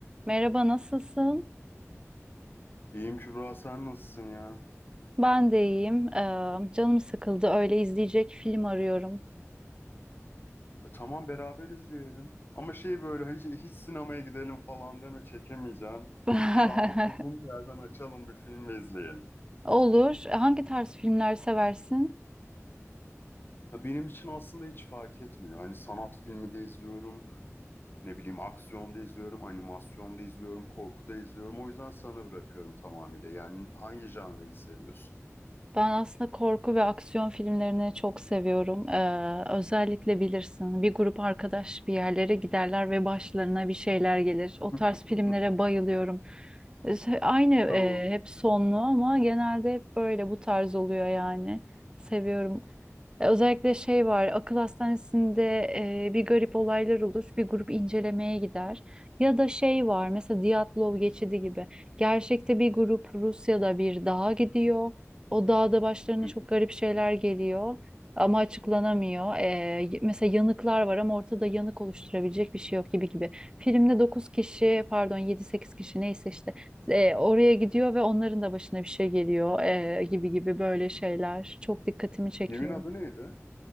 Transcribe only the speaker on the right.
Merhaba, nasılsın?
Ben de iyiyim. Ee, canım sıkıldı. Öyle izleyecek film arıyorum.
<laughs>
Olur. E, Hangi tarz filmler seversin?
Ben aslında korku ve aksiyon filmlerini çok seviyorum. Ee, özellikle bilirsin, bir grup arkadaş bir yerlere giderler ve başlarına bir şeyler gelir. O tarz
filmlere bayılıyorum. Ee, Aynı e,
hep sonlu ama genelde hep böyle bu tarz oluyor yani. Seviyorum. E, Özellikle şey var, akıl hastanesinde e, bir garip olaylar olur, bir grup incelemeye gider. Ya da şey var, mesela Diatlov geçidi gibi. Gerçekte bir grup Rusya'da bir dağa gidiyor. O dağda başlarına
çok garip şeyler geliyor ama açıklanamıyor. E, y- mesela yanıklar var ama ortada yanık oluşturabilecek bir şey yok gibi gibi. Filmde 9 kişi, pardon yedi sekiz kişi neyse işte e, oraya gidiyor ve onların da başına bir şey geliyor e, gibi gibi böyle şeyler çok dikkatimi çekiyor.